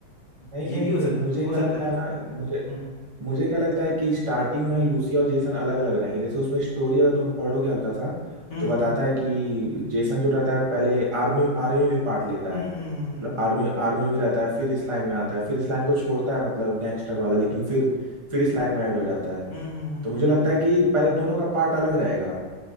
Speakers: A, on the right; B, on the left.
A: नहीं
B: ये
A: नहीं
B: भी हो सक,
A: मुझे
B: हो
A: क्या
B: सकता
A: लगता
B: है ना
A: है ना मुझे
B: हम्म
A: मुझे क्या लगता है कि स्टार्टिंग में लूसिया और जेसन अलग अलग रहेंगे जैसे उसमें स्टोरी अगर तुम पढ़ोगे हल्का सा
B: हम्म
A: तो बताता है कि जेसन जो रहता है पहले आर्मी आर्मी में भी पार्ट लेता
B: हम्म
A: है
B: हम्म
A: मतलब
B: हम्म
A: आर्मी आर्मी में रहता है फिर इस लाइन में आता है फिर इस लाइन को छोड़ता है मतलब गैंगस्टर वाला लेकिन फिर फिर इस लाइन में ऐड हो जाता
B: हम्म,
A: है
B: हम्म। हम्म, हम्म,
A: तो मुझे
B: हम्म, हम्म।
A: लगता है कि पहले दोनों का पार्ट अलग रहेगा